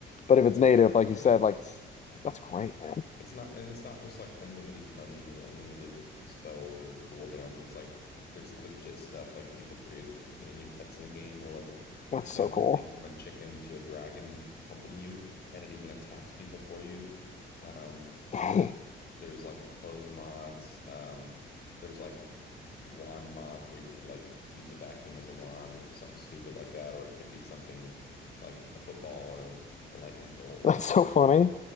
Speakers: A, on the left (about 35°); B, on the left (about 55°).
A: But
B: The
A: if it's
B: mods
A: native,
B: are great.
A: like you said, like it's that's great, man.
B: It's not, and it's not just like unlimited money or unlimited spells or cooldowns. It's like there's legit stuff. Like people created companion pets in the game where like
A: That's
B: you could
A: so
B: have anything
A: cool.
B: from a chicken to a dragon accompany you, and it even attacks people for you. Um,
A: Dang,
B: there's like clothes mods. Um, there's like wand mods where you could like use a vacuum as a wand or something stupid like that, or it could be something like a football or a lightning bolt.
A: that's
B: I mean,
A: so funny.